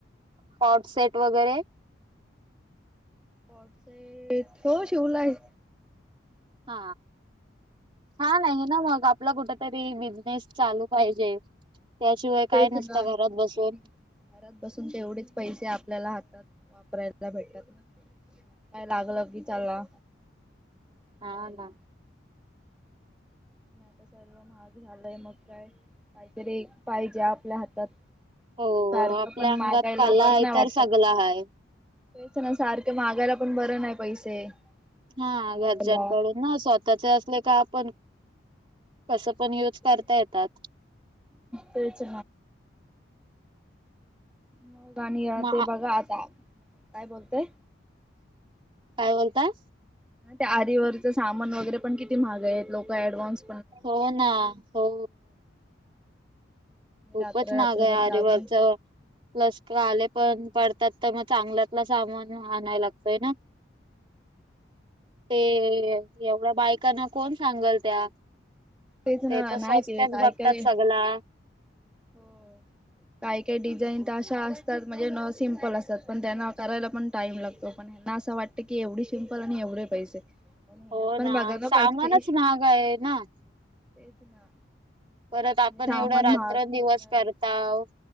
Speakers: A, on the right (about 25°); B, in the centre.
A: कॉट सेट वगैरे
B: कॉट सेट, हो शिवलाय.
A: हा, हा नाही ना मग आप आपला कुठ तरी बिझनेस चालू पाहिजे. त्याशिवाय काय
B: तेच
A: नसतं
B: ना,
A: घरात बसून
B: घरात बसून तेवढेच पैसे आपल्याला हातात वापरायला भेटतात ना, काय लागलं की चला?
A: हा
B: आणायला
A: ना.
B: आता सर्व महाग झालंय, मग काय कायतरी पाहिजे आपल्या हातात.
A: हो
B: सारखं
A: आपल्या
B: पण
A: अंगात
B: मागायला
A: काला
B: बर
A: आहे
B: नाही
A: तर
B: वाटत.
A: सगला हाय
B: तेच ना, सारखे मागायला पण बरं नाही पैसे
A: हा
B: दहावेला
A: घरच्यांकडून ना, स्वतःचे असले का आपण कस पण युज
B: ते
A: करता येतात.
B: तेच म गानिया
A: म
B: ते बघा आता, काय बोलतय?
A: काय म्हणताय?
B: त्या आरी वरच सामान वगैरे पण किती महाग आहेत, लोकं ॲडव्हान्स
A: हो ना, हो. खूपच
B: रात्र
A: महाग
B: रात्रभर
A: हाय आरी
B: जागून
A: वर्कच, प्लस आले पण पडतात तर मग चांगल्यातला सामान आणायला लागतंय ना. ते एवढ्या बायकांना कोण सांगलत्या.
B: तेच
A: ते
B: ना
A: तर स्वस्त्याच
B: नाही ते काय
A: बघतात
B: काय
A: सगला.
B: हो काही काही डिझाईन तर अशा असतात म्हणजे न सिम्पल असतात, पण त्यांना करायला पण टाइम लागतो. पण ह्यांना असं वाटतं की एवढे सिम्पल आणि एवढे पैसे. पण मेहनत
A: हो
B: पण बघा ना
A: सामानच
B: पाटची,
A: महाग आहे ना
B: तेच ना.
A: परत आपण
B: आणि सामान
A: एवढ्या रात्रंदिवस
B: महाग मेहनत
A: करताव.